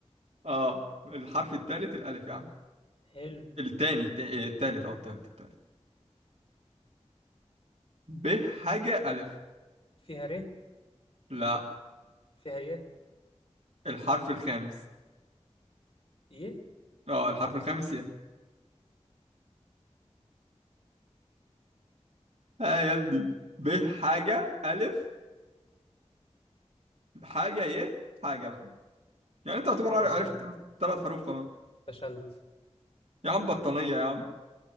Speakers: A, on the right; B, on the left.
A: آه الحرف التالت الألف يا عم
B: حلو
A: التاني التا- إيه، التالت أه التالت التالت ب حاجة ألف
B: فيها ر
A: لا
B: فيها ايه
A: الحرف الخامس
B: ايه
A: أه الحرف الخامس ي ها يا ابني ب حاجة ألف حاجة ي حاجة بقى يعني أنت تعتبر
B: انا
A: عرفت
B: فشلت
A: ثلاث حروف خلاص
B: فشلت
A: يا عم بطانية يا عم